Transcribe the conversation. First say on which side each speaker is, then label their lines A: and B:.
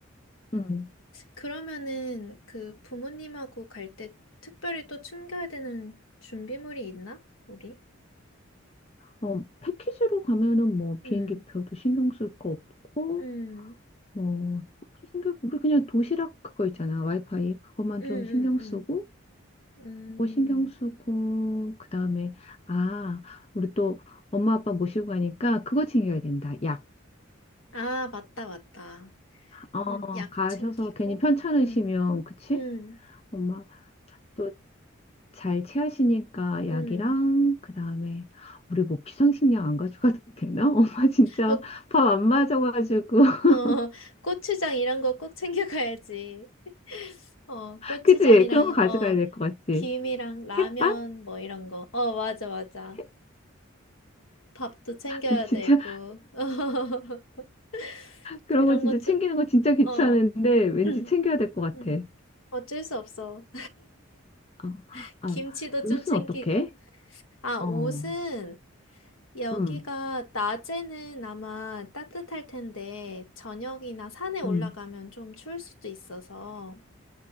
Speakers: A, on the left; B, on the left.
A: 음.
B: 그러면은 그 부모님하고 갈 때 특별히 또 챙겨야 되는 준비물이 있나? 우리?
A: 어, 패키지로 가면은 뭐 비행기표도
B: 음,
A: 신경 쓸 거 없고,
B: 음,
A: 뭐, 딱히 신경, 우리 그냥 도시락 그거 있잖아. 와이파이. 그것만
B: 음,
A: 좀 신경
B: 음, 음.
A: 쓰고,
B: 음.
A: 그거 신경 쓰고, 그 다음에, 아, 우리 또 엄마 아빠 모시고 가니까 그거 챙겨야 된다. 약.
B: 아, 맞다, 맞다.
A: 어,
B: 음, 약
A: 가셔서
B: 챙기고.
A: 괜히 편찮으시면,
B: 음,
A: 그치?
B: 음,
A: 엄마. 또 잘 체하시니까
B: 음.
A: 약이랑 그다음에 우리 뭐 비상식량 안 가져가도 되나? <laughs> 엄마 진짜
B: 어,
A: 밥 안 맞아가지고 <laughs>
B: 어, 고추장 이런 거 꼭 챙겨가야지. 어, 고추장이랑,
A: 그치? 그런 거 가져가야
B: 어,
A: 될 것 같지?
B: 김이랑 라면
A: 햇반?
B: 뭐 이런 거. 어, 맞아, 맞아.
A: <laughs>
B: 밥도 챙겨야
A: 나 진짜
B: 되고. <laughs>
A: 그런
B: 그런
A: 거 진짜
B: 것 좀,
A: 챙기는 거 진짜 귀찮은데
B: 어,
A: 왠지
B: <clears throat>
A: 챙겨야 될 것 같아.
B: 음, 어쩔 수 없어.
A: 어,
B: <laughs>
A: 아,
B: 김치도
A: 옷은
B: 좀 챙기고.
A: 어떻게?
B: 아,
A: 어,
B: 옷은 여기가
A: 음,
B: 낮에는 아마 따뜻할 텐데, 저녁이나 산에 올라가면
A: 음,
B: 좀 추울 수도 있어서.